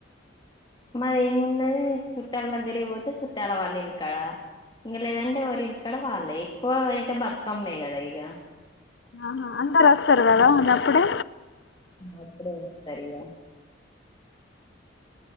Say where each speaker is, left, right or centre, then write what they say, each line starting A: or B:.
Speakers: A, on the left; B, on the left.
A: మాది ఏమున్నది చుట్టాల దగ్గర పోతే చుట్టాల వాళ్ళ ఇంటికాడ ఇంక లేదంటే ఎవరి ఇంటికాడ వాళ్ళ ఎక్కువ అయితే బతుకమ్మే కదా ఇక
B: ఆహా అందరు వస్తారు కదా ఇప్పుడు
A: అప్పుడు <unintelligible>